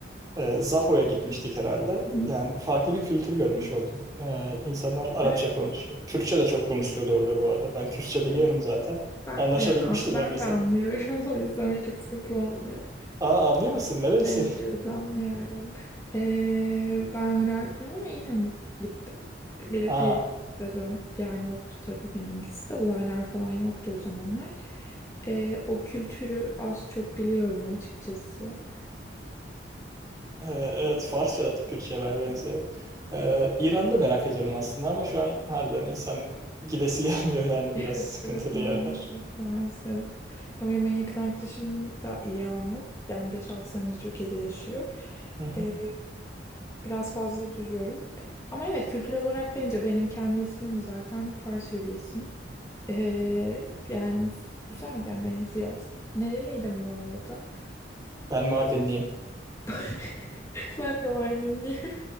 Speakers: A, on the right (about 20°); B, on the left (about 15°).
A: E, Zaho'ya gitmiştik herhalde.
B: hı.
A: Yani farklı bir kültür görmüş oldum. E, insanlar Arapça
B: Evet,
A: konuşuyor. Kürtçe de çok konuşuyordu orada bu arada. Ben Kürtçe biliyorum
B: evet.
A: zaten.
B: Ben
A: Anlaşabilmiştim
B: de ben
A: yani insanlar.
B: de anlıyorum. <laughs> O yüzden çok sıkıntı olmuyor.
A: Aa anlıyor musun? Nerelisin?
B: Evet evet anlıyorum. Ee, ben Irak'a gitmedim ama İran'a gittim. Bir,
A: Ha.
B: bir, biraz ön, yani oldu tabii benimkisi de. Olaylar falan yoktu o zamanlar. Ee, o kültürü az çok biliyorum açıkçası. <laughs>
A: E, evet Farsça da Kürtçe'ye bayağı benziyor. E, İran'da merak ediyorum aslında ama şu an harbiden insan gidesi <laughs> gelmiyor yani
B: Evet
A: biraz sıkıntılı
B: evet maalesef
A: yerler.
B: maalesef. Ama benim en yakın arkadaşım da İranlı. Yani beş altı senedir Türkiye'de yaşıyor.
A: Hı hı.
B: Ee, biraz fazla duyuyorum. Ama evet kültürel olarak bence benim kendi ismim de zaten Farsça bir isim. Ee, yani s- güzelken benziyor. Nereliydin bu arada?
A: Ben Mardinliyim.
B: <laughs> Ben de Mardinliyim.